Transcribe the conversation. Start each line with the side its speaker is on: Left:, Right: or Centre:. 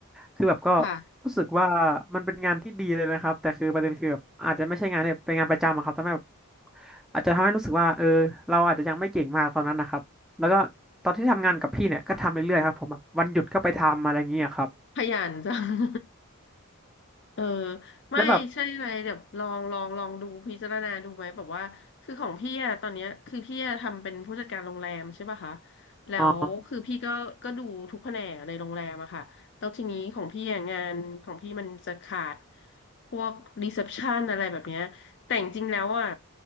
Centre: คือแบบก็
Left: ค่ะ
Centre: รู้สึกว่ามันเป็นงานที่ดีเลยนะครับแต่คือประเด็นคือแบบอาจจะไม่ใช่งานเนี่ยเป็นงานประจำอะครับทำให้แบบอาจจะทำให้รู้สึกว่าเออเราอาจจะยังไม่เก่งมากตอนนั้นนะครับแล้วก็ตอนที่ทำงานกับพี่เนี่ยก็ทำเรื่อยๆครับผมแบบวันหยุดก็ไปทำอะไรอย่างเงี้ยครับ
Left: ขยันจัง <laughs> เออไม่ใช่อะไรเดี๋ยวลองลองลองดูพิจารณาดูไหมแบบว่าคือของพี่อะตอนเนี้ยคือพี่อะทำเป็นผู้จัดการโรงแรมใช่ป่ะคะ
Centre: แล้วแบบ
Left: แล้วคือพี่ก็ก็ดูทุกแผนกในโรงแรมอะค่ะแล้วทีนี้ของพี่อะงานของพี่มันจะขาด
Centre: อ๋อ
Left: พวกรีเซพชันอะไรแบบเนี้ยแต่จริงๆแล้วอะ